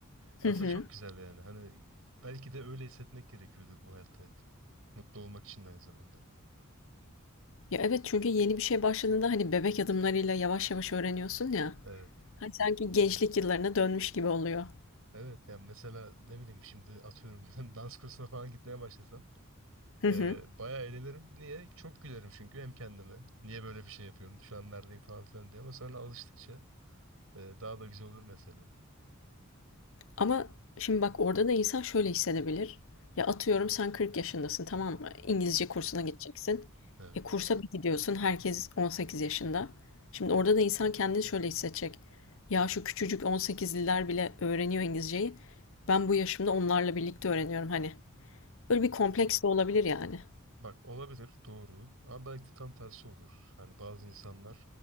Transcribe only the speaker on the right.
Aslında
çok güzel yani. Hani belki de öyle hissetmek gerekiyordur bu hayatta hep. Mutlu olmak için de aynı zamanda.
Evet.
Evet yani mesela ne bileyim şimdi atıyorum <laughs> ben dans kursuna falan gitmeye başlasam
e,
bayağı eğlenirim. Niye? Çok gülerim çünkü hem kendime. Niye böyle bir şey yapıyorum? Şu an neredeyim falan filan diye ama sonra alıştıkça e, daha da güzel olur mesela.
Hı hı.
Evet.
Bak olabilir doğru ama belki de tam tersi olur. Hani bazı insanlar